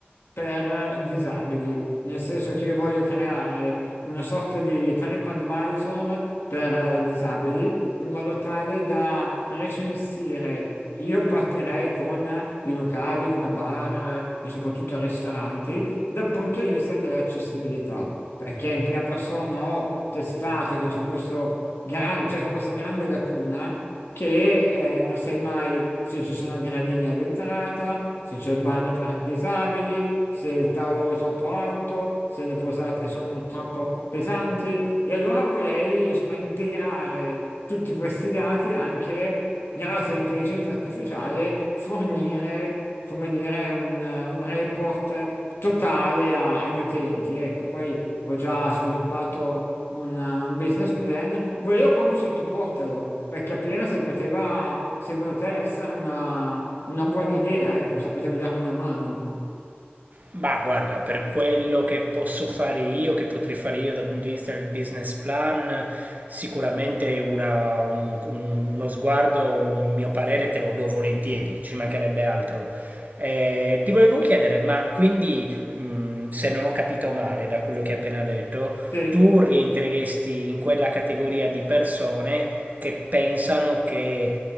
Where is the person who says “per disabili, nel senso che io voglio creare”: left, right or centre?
Left